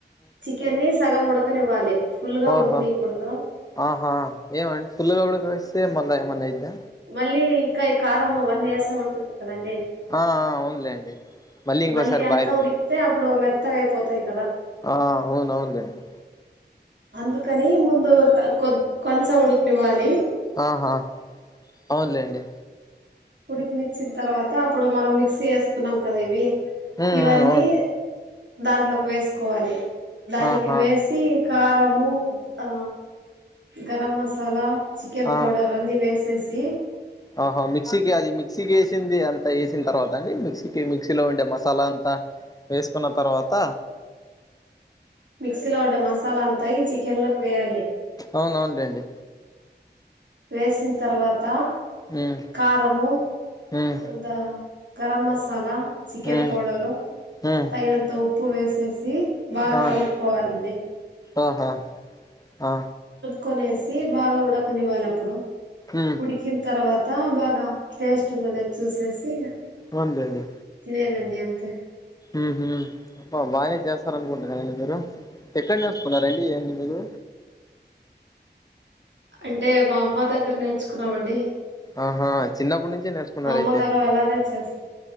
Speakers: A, on the right (about 85°); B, on the left (about 20°).
A: చికెన్ ని సగం ఉడక ఉడకనివ్వాలి ఫుల్ గా
B: ఓహ
A: ఉడకనీయకూడదు
B: ఆహా ఏమండి ఫులుగడకి వస్తే మ మల ఏమైనా అయితే
A: మళ్ళీ ఇంకా ఈ కారం వన్ ఇయస ఉంటుంది కదండి
B: ఆ ఆ అవునులేండి ఇంకోసారి
A: మళ్ళీ అంతా
B: బాయిల్
A: ఉడికితే
B: చే
A: అప్పుడు మెత్త అయిపోతయి
B: ఆ అవునువునులేండి
A: అందకని ముందు కొ కొంచసా ఉడుక్ నివ్వాలి
B: ఆహా అవునులేండి
A: కుడికినిచ్చిన తర్వాత అప్పుడు మనం మిక్సీ చేసుకున్నాం కదా ఇవి
B: ఉమ్
A: ఇవన్నీ
B: ఉమ్ అవును
A: దాంట్లోకి వేసుకోవాలి దానికి
B: ఆహా
A: వేసి కారము ఆ గరం మసాలా చికెన్
B: ఆ
A: పడర్ అన్ని వేస్ ససి
B: ఆహా మిక్సీకి అది మిక్సీకి వేసింది అంతా వేసిన తర్వాత అండి మిక్సీకి మిక్సీ కిలో ఉండే మసాలా అంతా వేసుకున్న తర్వాత
A: మిక్సీ లో ఉండ మసాలా అంతా ఇ చికెన్ లోకి వేయాలి
B: అవునవునులేండి
A: వేసిన తర్వాత
B: ఉమ్
A: కారమో
B: ఉమ్
A: అంత గరం మసాలా చికెన్
B: ఉమ్
A: పౌడరు
B: ఉమ్
A: తైైనంత ఉప్ ప్పు వేసేసి బాగా
B: ఆ
A: కలుపుకోవాలిండి
B: ఆహా ఆ
A: కొనేసి బాగా ఉడకనివ్వాలి అప్పుడు
B: ఉమ్
A: ఉడికిన తర్వా తా బాగా టేస్ట్ ఉందిలే చూసేసి
B: అవునులేండి
A: తినేదే అంతే అంతే
B: ఊహుం అ బా జేస్త సార్ అనుకుంటు కదా అండి మీరు ఎక్కడ నేర్చుకున్నార అండి ఇయాన్నీ మీరు
A: అంటే మా అమ్మ దగ్గర నేర్చుకున్నామండి
B: ఆహా చిన్నప్పటి నుంచి నేర్చుకున్నారయితే
A: మా అమ్మగారు అలానే చేస్త